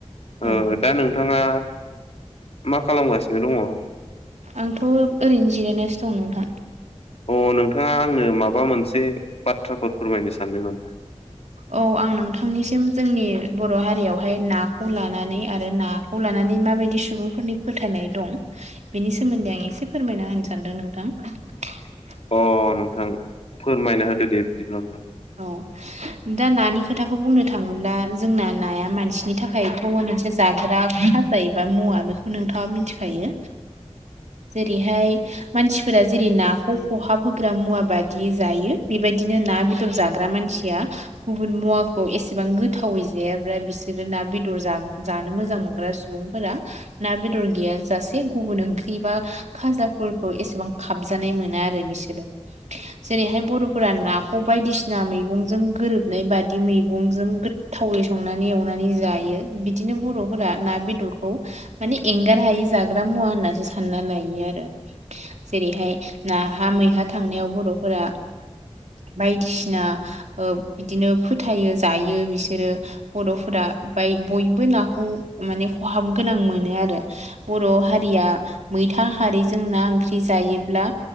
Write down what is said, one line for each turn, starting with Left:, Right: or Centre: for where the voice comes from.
Left: ओ
Right: औ
Left: दा नोंथाङा मा खालामगासिनो दङ
Right: आंथ' ओरैनो जिरायनासो दं नोंथां
Left: ओ नोंथाङा आंनो माबा मोनसे बाथ्राफोर फोरमायनो सानदों नामा
Right: औ आं नोंथांनिसिम जोंनि बर' हारियावहाय नाखौ लानानै आरो नाखौ लाना नै माबायदि सुबुंफोरनि फोथायनाय दं बेनि सोमोन्दै आं एसे फोरमायना होनो सानदों नोंथां <inaudible> <unintelligible>
Left: ओ नोंथां फोरमायना होदो दे बिदिब्ला' नोंथां
Right: औ दा नानि खोथाखौ बुंनो थाङोब्ला जोंना नाया मानसिनि थाखायथ' मोनसे जाग्रा साबबायो मुवा बेखौ नोंथाङा मिथिखायो जेरैहाय मानसिफोरा जेरै नाखौ खहाब होग्रा मुवा बादि जायो बेबायदिनो ना बे दर जाग्रा मानसिया गुबुन मुवाखौ एसेबां गोथावै जायाब्रा बिसोरो ना बेदर जा जानो मोजां मोनग्रा सुबुंफोरा ना बेदर गिया जासे गुबुन ओंख्रि बा खा जा फोरखौ एसेबां खाबजानाय मोना आरो बिसोरो जेरैहाय बर'फोरा नाखौ बायदिसिना मैगंजों गोरोबनाय बादि मैगंजों गोथावै संनानै एवनानै जायो बिदिनो बर'फोरा ना बेदरखौ माने एंगार हायि जाग्रा मुवा होननासो सानना लायो आरो जेरैहाय नाहा मैहा थांनायाव बर'फोरा बायदिसिना ओ बिदिनो फोथायो जायो बिसोरो बर'फोरा बाय बयबो नाखौ माने खहाब गोनां मोनो आरो बर' हारिया मैथा हारिजों ना ओंख्रि जायोब्ला